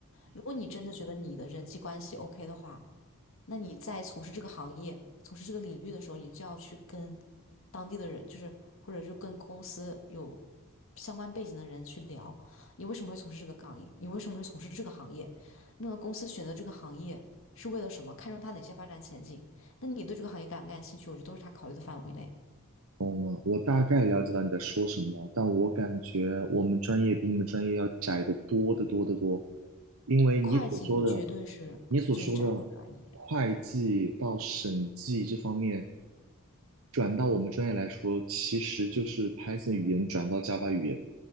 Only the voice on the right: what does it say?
懂了，我大概了解到你在说什么了，但我感觉我们专业比你们专业要窄得多得多得多，因为你所说的，
你所说的会计到审计这方面，转到我们专业来说，其实就是 Python 语言转到 Java 语言，